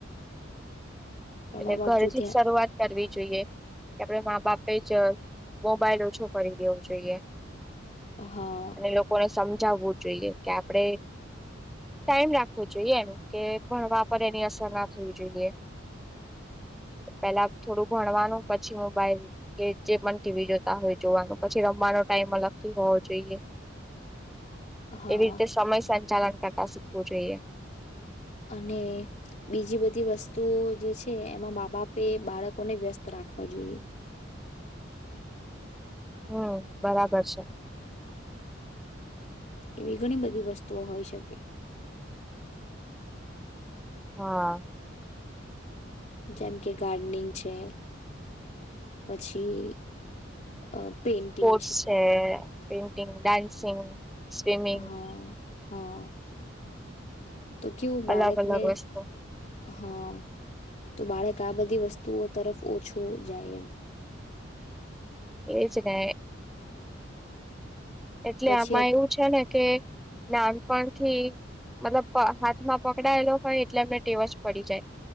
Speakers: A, on the left; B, in the centre.
A: પણ
B: એટલે
A: મા બાપ
B: ઘરથી
A: જો ધ્યાન
B: જ શરૂઆત કરવી જોઈએ કે આપડે મા બાપ પીચર્ મોબાઈલ ઓછો કરી દેવું જોઈએ.
A: હા
B: અને લોકોને સમજ જવું જોઈએ કે આપણે ટાઈમ રાખવો જોઈએ એમ કે ભણવા પર એની અસર ના થવી જોઈએ. પેલા થોડું ભણવાનું પછી મોબાઈલ કે જે પણ ટીવી જોતા હોય જોવાનું પછી રમવાનો ટાઈમ અલગથી હોવો જોઈએ.
A: હા
B: એવી રીતે સમય સાજ ચાલન કકાસિકવ જોઈએ.
A: અને બીજી બધી વસ્તુઓ જે છે એમાં બા બાપે બાળકોને વ્યસ્ત રાખવા જોઈએ.
B: હમ બરાબર છે.
A: એવી ઘણી બધી વસ્તુઓ હોઈ શકે.
B: હા
A: જેમ કે ગાર્ડનિંગ છે પછી અ પેઇન્ટિંગ
B: સ્પોર્ટસ છે. પેઇન્ટિંગ, ડાન્સિંગ સ્વિમિંગ
A: હા હા. તો કેવું બાળકને
B: અલગ અલગ વસ્તુ
A: હા તો બાળક તા આ બધી વસ્તુઓ તરફ ઓછું જાય એમ.
B: એજ ને એટલે
A: પછી
B: આમાં
A: અત
B: એવું છે ને કે નાનપણથી મતલબ પ હાથમાં પકડાયેલો હોય એટલે એમને ટેવ જ પડી જાય